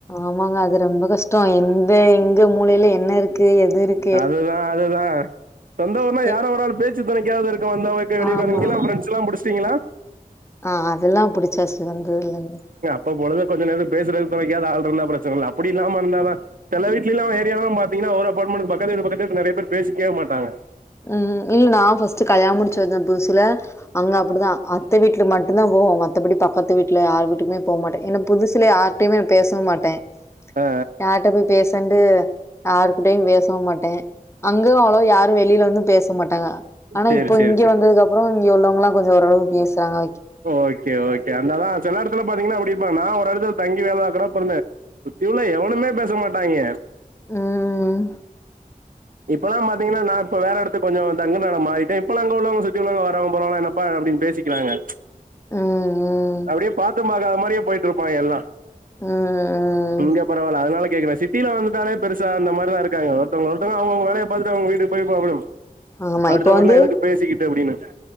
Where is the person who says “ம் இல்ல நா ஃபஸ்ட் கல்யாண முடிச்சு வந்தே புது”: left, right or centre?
Left